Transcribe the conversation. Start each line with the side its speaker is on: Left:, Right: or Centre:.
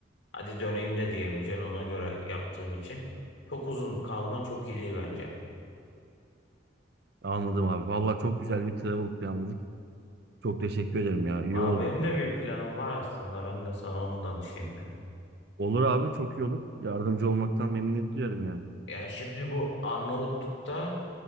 Left: Hadi döneyim de diyemeyeceksin ona göre yaptığın için. Çok uzun kalman çok iyi değil bence.
Right: Anladım abi. Vallahi çok güzel bir travel planladık. Çok teşekkür ederim ya. İyi
Left: Valla
Right: oldu.
Left: benim de bir planım var aslında. Ben de sana onu danışayım ben.
Right: Olur abi çok iyi olur. Yardımcı olmaktan memnuniyet duyarım yani.
Left: Yani şimdi bu Arnavutluk'ta